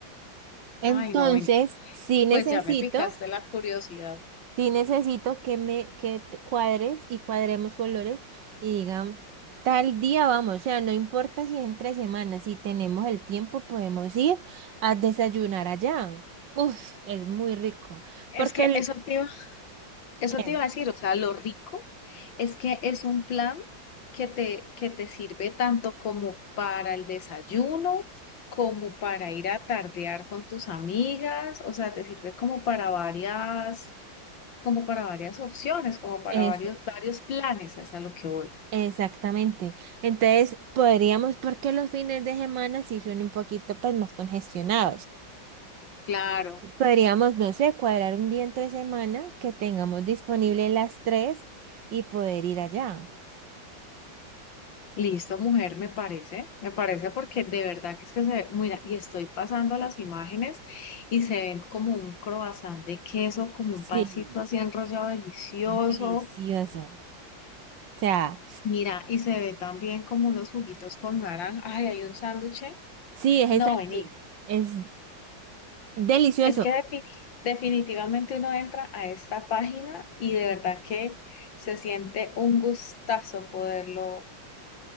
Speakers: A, on the right; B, on the left.
A: Entonces,
B: Ay, no, vení,
A: sí necesito.
B: pues ya me picaste la curiosidad.
A: Sí necesito que me que te cuadres y cuadremos colores y digan, tal día vamos, o sea, no importa si es entre semanas, si tenemos el tiempo podemos ir a desayunar allá. Uf, es muy rico,
B: Es
A: porque
B: que
A: el
B: eso te iba Eso
A: ¿qué?
B: te iba a decir, o sea, lo rico es que es un plan que te, que te sirve tanto como para el desayuno, como para ir a tardear con tus amigas, o sea, te sirve como para varias, como para varias opciones, como para
A: Es,
B: varios, varios planes, es a lo que voy.
A: exactamente. Entonces, podríamos, porque los fines de semana sí son un poquito pues más congestionados.
B: Claro.
A: Podríamos, no sé, cuadrar un día entre semana que tengamos disponible las tres y poder ir allá.
B: Listo, mujer, me parece, me parece porque de verdad que es que se ve, mira, y estoy pasando las imágenes y se ven como un croissant de queso, como
A: Sí,
B: un pancito así enrollado delicioso.
A: Delicioso. O sea,
B: Mira, y se ve también como unos juguitos con naranja. Ay, hay un sándwich.
A: sí, es
B: No,
A: esa-
B: vení,
A: es delicioso.
B: es que defi- definitivamente uno entra a esta página y de verdad que se siente un gustazo poderlo,